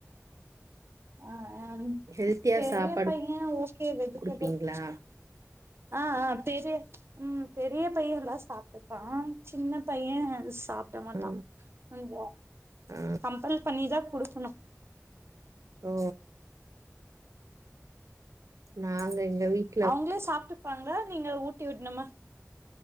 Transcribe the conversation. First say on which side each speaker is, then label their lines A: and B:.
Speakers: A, on the right; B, on the right.
A: ஆ ஆ
B: ஹெல்த்தியா
A: பெரிய
B: சாப்பாடு
A: பைய ஓகே வெஜ்டபில்
B: குடுப்பீங்களா
A: ஆ ஆ பெரிய ம் பெரிய பை <unintelligible> சாப்ட்டுப்பா சின்ன பைய சாப் ட்டா மாட்டா
B: ஆ
A: கொஞ்சோ
B: ஆ
A: கம்பல் பண்ணி தா குடுக்கணு
B: ஓ நாங்க எங்க வீட்
A: அவங்களே சாப்ட்டுப்பாங்களா நீங்க ஊட்டி விட்ணுமா